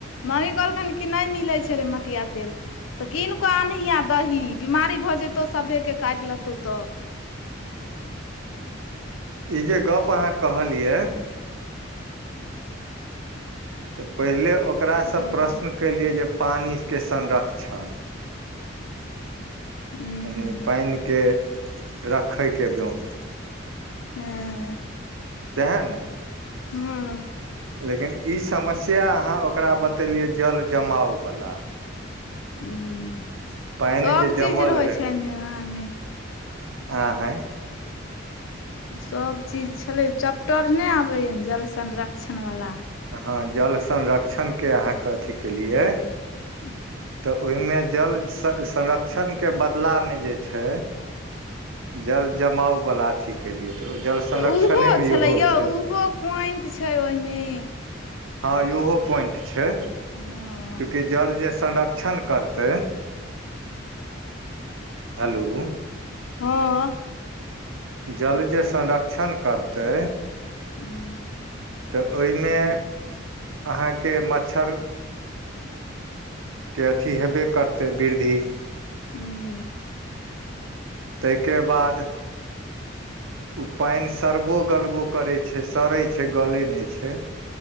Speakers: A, on the left (about 80°); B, on the right (about 80°).
A: मम्मी कहलखिन कि नहि मिलै छै रे मटिया तेल। तऽ कीन के अनहिय, आ दही, बिमारी भऽ जतौ सभेके काटि लेतहु तऽ।
B: ह ई जे गप अहाँ कहलिये। तऽ पहिले ओकरासँ
A: हूँ
B: प्रश्न केलियै जे पानिके संरक्षण।
A: हूँ
B: यानि पानिके रखैके ब्योँत।
A: हँ।
B: सैह ने।
A: हँ।
B: लेकिन ई समस्या अहाँ ओकरा बतेलियए जल जमाव बला।
A: हुँ,
B: पानि
A: सब
B: जे
A: चीज
B: जमल
A: रहै छैने उहैमे।
B: आय।
A: सभचीज छलै, चप्टर नहि आबैए जल संरक्षणवला।
B: हँ, जल संरक्षणके अहाँके अथी केलियै।
A: ह <inaudible>
B: तऽ ओहिमे जल संरक्षणके बदलामे जे छै। जल- जमाव वला अथी केलियए, तऽ जल संरक्षणेमे
A: तऽ उहो छले
B: इहो
A: यो,
B: छै
A: उहो पोइंट छै ओहिमे।
B: हँ, इहो पॉइंट छै,
A: हँ
B: चुकि जल जे संरक्षण करतै, हेलो!
A: हँ।
B: जल जे संरक्षण करतै।
A: हू।
B: तऽ ओहिमे अहाँके मच्छर के अथी हेबे करतै वृद्धि।
A: हू।
B: तैके बाद ओ पानि सड़बो -गलबो करे छै, सड़े छै, गले नहि छै।